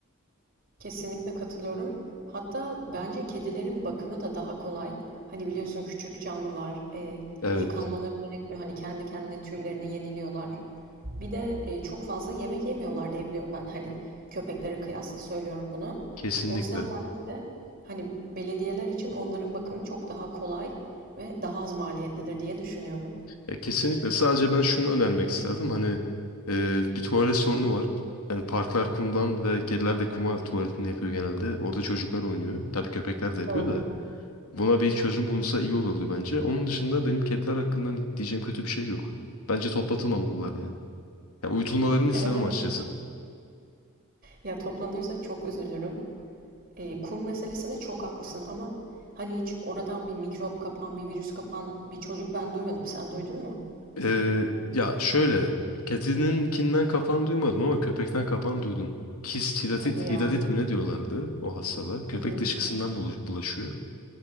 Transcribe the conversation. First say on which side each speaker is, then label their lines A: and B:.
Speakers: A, on the right; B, on the left.
A: Kesinlikle katılıyorum. Hatta bence kedilerin bakımı da daha kolay. Hani biliyorsun küçük canlılar e,
B: Evet,
A: yıkanmaları gerekmiyor. Hani kendi kendine tüylerini yeniliyorlar. Bir de e, çok fazla yemek yemiyorlar diye biliyorum ben. Hani köpeklere kıyasla söylüyorum bunu.
B: kesinlikle.
A: O yüzden belki de hani belediyeler için onların bakımı çok daha kolay ve daha az maliyetlidir diye düşünüyorum.
B: Ya kesinlikle. Sadece ben şunu önermek isterdim. Hani e, bir tuvalet sorunu var. Yani parklar kumdan ve kediler de kuma tuvaletini yapıyor genelde. Orada çocuklar oynuyor. Tabii köpekler de yapıyor
A: Doğru.
B: da. Buna bir çözüm bulunsa iyi olurdu bence. Onun dışında benim kediler hakkında diyeceğim kötü bir şey yok. Bence toplatılmamalılar yani. Ya uyutulmalarını istemem
A: Evet evet.
B: açıkçası.
A: Ya toplanırsa çok üzülürüm. E, kum meselesinde çok haklısın ama hani hiç oradan bir mikrop kapan, bir virüs kapan bir çocuk ben duymadım. Sen duydun mu?
B: Ee, ya şöyle, kedininkinden kapan duymadım ama köpekten kapan duydum. Kist hidatit,
A: Hadi ya.
B: hidatit mi ne diyorlardı o hastalığı? Köpek
A: Hı hı.
B: dışkısından bulu- bulaşıyor.